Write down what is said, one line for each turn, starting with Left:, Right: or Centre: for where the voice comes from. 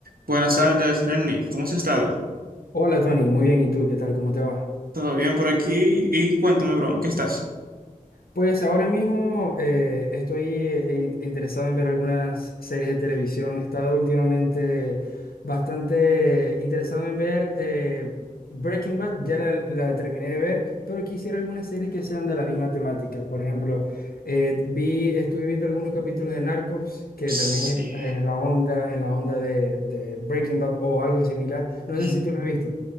Right: Buenas tardes, Renny. ¿Cómo has estado?
Left: Hola Tony, muy bien. ¿Y tú qué tal? ¿Cómo te va?
Right: ¿Todo bien por aquí? Y cuéntame, bro, ¿en qué estás?
Left: Pues ahora mismo eh, estoy eh, in- interesado en ver algunas series de televisión. He estado últimamente bastante interesado en ver eh, Breaking Bad, ya la, la terminé de ver, pero quisiera algunas series que sean de la misma temática. Por ejemplo, eh, vi, estuve viendo algunos capítulos de Narcos, que
Right: Sí.
Left: también es eh, en la onda, en la onda de, de Breaking Bad o algo similar. No sé
Right: <laughs>
Left: si tú lo has visto.